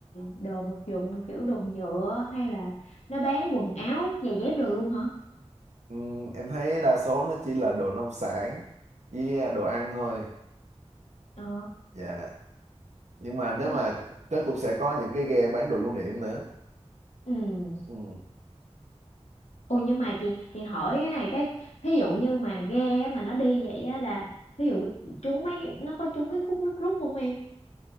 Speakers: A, on the left; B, on the right.
A: đồ vật dụng kiểu đồ nhựa hay là nó bán quần áo, giày dép đồ luôn hả?
B: Ừm, em thấy đa số nó chỉ là đồ nông sản với à, đồ ăn thôi
A: Ờ.
B: dạ nhưng mà nếu
A: Nó
B: mà nó cũng sẽ có những cái ghe bán đồ lưu niệm nữa
A: ừ.
B: Ừm.
A: Ồ nhưng mà chị chị hỏi cái này cái thí dụ như mà ghe á, mà nó đi vậy á là thí dụ trúng mấy cái- nó có trúng cái khúc nước rút không em?